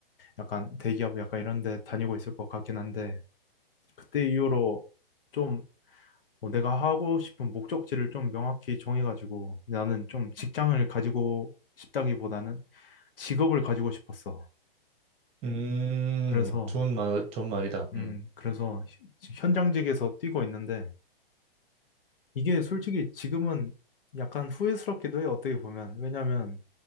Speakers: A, on the left; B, on the right.
A: 약간 대기업 약간 이런 데 다니고 있을 것 같긴 한데 그때 이후로 좀뭐 내가 하고 싶은 목적지를 좀 명확히 정해가지고 나는 좀 직장을 가지고 싶다기보다는 직업을 가지고 싶었어.
B: 음,
A: 그래서,
B: 좋은 말, 좋은 말이다.
A: 음,
B: 음,
A: 그래서 히- 현장직에서 뛰고 있는데, 이게 솔직히 지금은 약간 후회스럽기도 해요, 어떻게 보면. 왜냐면